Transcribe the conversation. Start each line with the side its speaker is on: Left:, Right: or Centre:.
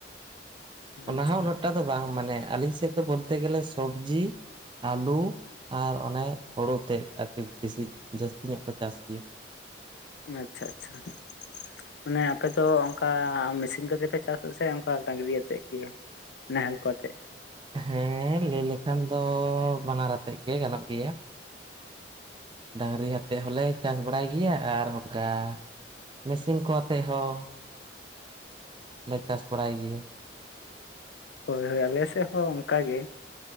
Right: ᱚᱱᱟ
Left: ᱟᱪᱪᱷᱟ
Right: ᱦᱚᱸ ᱩᱱᱟᱹᱜ ᱴᱟ ᱫᱚ ᱵᱟᱝ ᱢᱟᱱᱮ ᱟᱹᱞᱤᱧ ᱥᱮᱫ ᱫᱚ ᱵᱚᱞᱛᱮ ᱜᱮᱞᱮ ᱥᱚᱵᱽᱡᱤ ᱟᱹᱞᱩ ᱟᱨ ᱚᱱᱮ ᱦᱳᱲᱳ ᱛᱮᱫ ᱟᱨᱠᱤ ᱵᱤᱥᱤ ᱡᱟᱹᱥᱛᱤ ᱧᱚᱜ ᱠᱚ ᱪᱟᱥ ᱜᱮᱭᱟ
Left: ᱟᱪᱪᱷᱟ ᱟᱪᱪᱷᱟ ᱢᱟᱱᱮ ᱟᱯᱮ ᱫᱚ ᱚᱱᱠᱟ ᱢᱮᱥᱤᱱ ᱠᱟᱛᱮᱫ ᱯᱮ ᱪᱟᱥᱟ ᱥᱮ ᱚᱱᱠᱟ ᱰᱟᱝᱨᱤ ᱟᱛᱮᱫ ᱜᱮ ᱱᱟᱦᱮᱞ ᱠᱚᱛᱮ
Right: ᱦᱮᱸ ᱞᱟᱹᱭ ᱞᱮᱠᱷᱟᱱ ᱫᱚ ᱵᱟᱱᱟᱨ ᱟᱛᱮᱫ ᱜᱮ ᱜᱟᱱᱚᱜ ᱜᱮᱭᱟ ᱰᱟᱝᱨᱤ ᱟᱛᱮᱫ ᱦᱚᱸ ᱞᱮ ᱪᱟᱥ ᱵᱟᱲᱟᱭ ᱜᱮᱭᱟ ᱟᱨ ᱚᱱᱠᱟ ᱢᱮᱥᱤᱱ ᱠᱚ ᱟᱛᱮᱫ ᱦᱚᱸ ᱞᱮ ᱪᱟᱥ ᱵᱟᱲᱟᱭ ᱜᱮᱭᱟ
Left: ᱦᱳᱭ ᱦᱳᱭ ᱟᱞᱮ ᱥᱮᱫ ᱦᱚᱸ ᱚᱱᱠᱟ ᱜᱮ